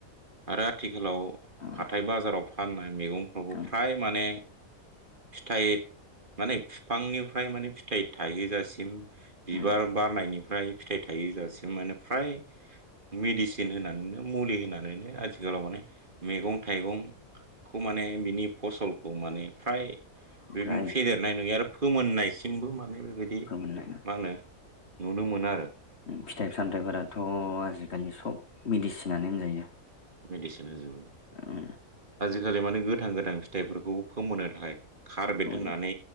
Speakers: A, on the right; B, on the left.
A: आरो आथिखालाव
B: उम
A: हाथाय बाजाराव फाननाय मैगंफ्रफोरखौबो
B: उम
A: फ्राय माने फिथाइ माने बिफांनिफ्राय माने फिथाइ थाइहोजासिम बिबार
B: उम
A: बारनायनि फ्राय फिथाइ थायहोजासिम माने फ्राय मेडिसिन होनानै मुलि होनानैनो आथिखालाव माने मैगं थाइगं खौ माने बिनि फसलखौ माने फ्राय
B: ओमफ्राय
A: बिदिनो फेदेरनाय नुयो आरो फोमोननायसिमबो माने बेबायदि
B: फोरमोननाय
A: मा होनो नुनो मोनो आरो
B: फिथाइ सामथायफोराथ' जि दानि सब
A: औ
B: मेडिसिनानो होनजायो
A: मेडिसिन होजोबो
B: उम
A: आजिखालि माने गोथां गोथां फिथाइफोरखौ फोमोननो थाखाय कारबेट
B: उम
A: होननानै